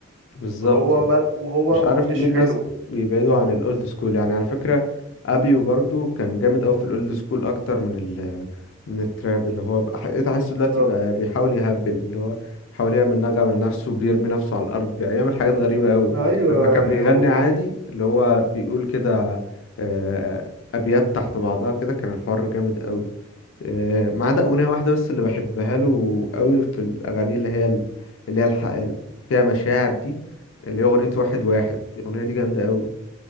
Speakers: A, on the left; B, on the right.
A: بالظبط
B: فهو بل وهو
A: مش عارف
B: مش
A: ليه الناس
B: حلو
A: بيبعدوا عن الاولد سكول يعني على فكرة ابيو برضو كان جامد قوي في الاولد سكول اكتر من ال من التراب اللي هو بقى
B: بالظبط
A: إيه تحسه دلوقتي بقى بيحاول يهبل اللي هو بيحاول يعمل نغمة لنفسه بيرمي نفسه على الارض بيعمل حاجات غريبة قوي
B: أيوه
A: لما كان
B: يعني
A: بيغني
B: هو
A: عادي اللي هو بيقول كده آه، ابيات تحت بعضها كده كان الحوار جامد قوي آه، ما عدا أغنية واحدة بس اللي بحبها له قوي في الأغاني اللي هي ال- اللي هي الح... اللي فيها مشاعر دي اللي هي أغنية واحد واحد الأغنية دي جامدة قوي